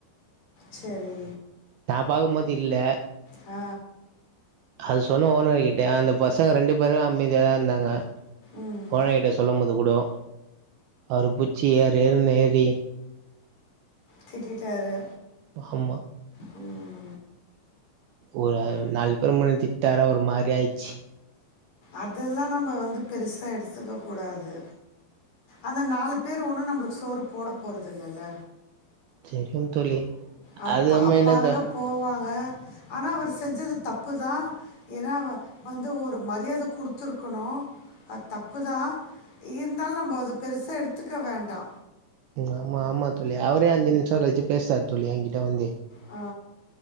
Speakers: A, on the left (about 40°); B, on the right (about 75°).
A: ச்செரி
B: நா பாக்கும்போது இல்ல
A: ஆ
B: அது சொன்னோ ஓனர் கிட்ட அந்த பசங்க ரெண்டு பேரு அமைதியாதா இருந்தாங்க
A: ம்
B: ஓனர்கிட்ட சொல்லம் போது கூடோ அவரு புச்சி ஏறு ஏறுன் ஏறி
A: திட்டிட்டாரு
B: ம் ஆமா
A: ம்
B: ஒரு நால் பேர் முன்னாடி திட்டாரா ஒரு மாரி ஆயிச்சு.
A: அதெல்லா நம்ப வந்து பெருசா எடுத்துக்க கூடாது அந்த நாலு பேர் ஒன்னு நம்பளுக் சோறு போடப் போற்றது இல்லல
B: சேரிங் தோழி
A: அவங்
B: அதுக்கப்புறமா
A: பாப்பாங்க
B: என்னத்த
A: போவாங்க ஆனா அவர் செஞ்சது தப்புதா ஏன்னா அவ வந்து ஒரு மரியாத குடுத்துருக்கணு அது தப்புதா இருந்தாலு நம்ப அத பெருசா எடுத்துக்க வேண்டா
B: ம் ஆமா ஆமா தோழி அவரே அஞ்சு நிமிஷோ கழிச்சு பேஸ்ட்டார் தோழி ஏங்கிட்ட வந்து
A: ஆ